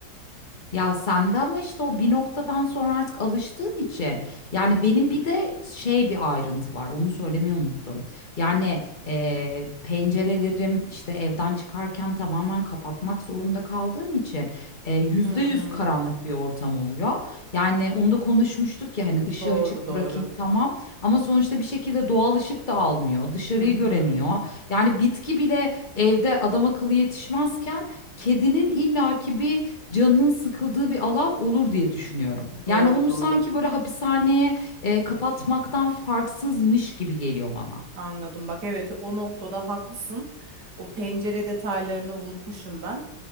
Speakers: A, on the left (about 30°); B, on the right (about 65°).
A: Ya sende ama işte o bir noktadan sonra artık alıştığın için yani benim bir de şey bir ayrıntı var onu söylemeyi unuttum. Yani eee, pencerelerim işte evden çıkarken tamamen kapatmak zorunda kaldığım için eee, yüzde
B: Hmm,
A: yüz karanlık bir ortam oluyor. Yani onu da konuşmuştuk ya hani ışığı
B: doğru
A: açık
B: doğru.
A: bırakayım tamam ama sonuçta bir şekilde doğal ışık da almıyor dışarıyı
B: Hı hı,
A: göremiyor. Yani bitki bile evde adam akıllı yetişmezken kedinin illaki bir canının sıkıldığı bir alan olur diye düşünüyorum.
B: doğru
A: Yani onu
B: doğru.
A: sanki böyle hapishaneye e, kapatmaktan farksızmış gibi geliyor bana.
B: Anladım. Bak evet o noktada haklısın. O pencere detaylarını unutmuşum ben.